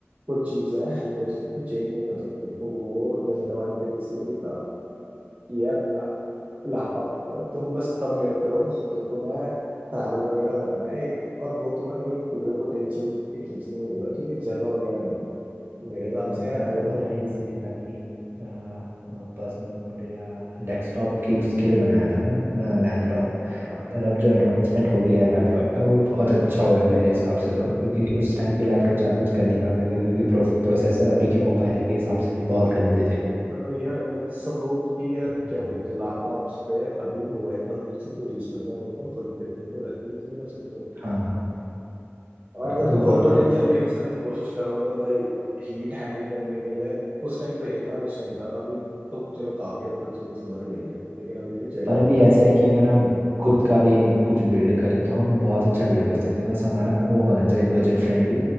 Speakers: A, on the right; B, on the right.
A: कुछ चीज है वो चीज तुम चेंज नहीं कर सकते तो वो डिसएडवांटेज इसलिए भी था कि यार लैपटॉप तुम बस तब लेते हो जब तुम्हें ट्रैवल वगैरह करना है और वो तुम्हें कभी पूरे को टेंशन खींचने नहीं होगा क्योंकि जगह वगैरह नहीं मेरे हिसाब
B: हाँ,
A: से यार
B: लैपटॉप
A: अगर
B: बनाया
A: तुम
B: इसीलिए था कि पर्सनल कंप्यूटर या डेस्कटॉप की उसके लिए बनाया था ना लैपटॉप
A: हाँ,
B: पर अब जो एडवांसमेंट हो गया है लैपटॉप का वो बहुत अच्छा हुआ है मेरे हिसाब से तो क्योंकि उस टाइम के लैपटॉप ज़्यादा कुछ कर नहीं पाते थे क्योंकि उनके प्रो, प्रोसेसर अभी के मोबाइल के हिसाब से भी बहुत गंदे थे
A: हाँ, यार अगर सब लोग की यार
B: हम्म।
A: क्या बोलते हैं लैपटॉप्स पे अभी मोबाइल पर से तो यूज करता है एकदम फुल पोटेंशियल पे वैसे यूज नहीं कर सकते हो
B: हाँ
A: और अगर
B: अभी तो
A: तुम फुल
B: बहुत
A: पोटेंशियल
B: कुछ
A: पे यूज करने की कोशिश करोगे तो भाई हीट हैंडल करने के लिए उस टाइम पे इतना कुछ नहीं था अभी तो चलो काफी हद तक चीजें सुधर गई है लेकिन अभी भी जगह
B: पर अभी
A: की कम
B: ऐसा
A: है।
B: है कि अगर हम खुद का भी कुछ बिल्ड करें तो हम बहुत अच्छा बिल्ड कर सकते हैं बस हमारा वो होना चाहिए बजट फ्रेंडली